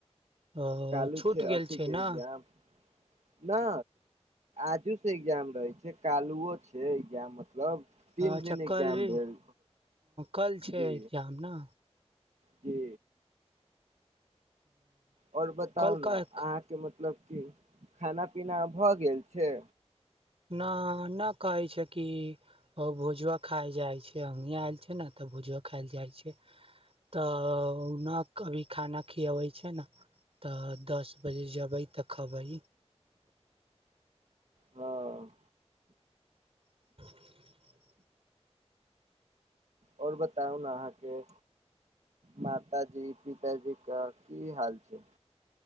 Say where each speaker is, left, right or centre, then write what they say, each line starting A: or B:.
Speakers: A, on the right (about 60°); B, on the right (about 80°).
A: अ
B: कालहु
A: छूट
B: छै अथिके
A: गेल ने
B: एग्जाम ना आजु एग्जाम रहै छै कालहुओ छै एग्जाम मतलब तीन
A: अच्छा
B: दिन एग्जाम
A: कलहि
B: भेल
A: कल छै
B: जी
A: एग्जाम न
B: जी आओर बताउ
A: कल
B: न
A: कह
B: अहाँके मतलब खाना-पीना भऽ गेल छै
A: न नहि कहै छै कि ओ भोजवा खाय जाइ छै अ आयल छै ने तऽ त भोजवा खायएल जाइ छै तऽ न कभी खाना खियाबै छै न तऽ दस बजे जयबै तअ खायबै
B: हँ
A: <unintelligible>
B: आओर बताउ ने अहाँके माता जी पिताजी क की हाल छै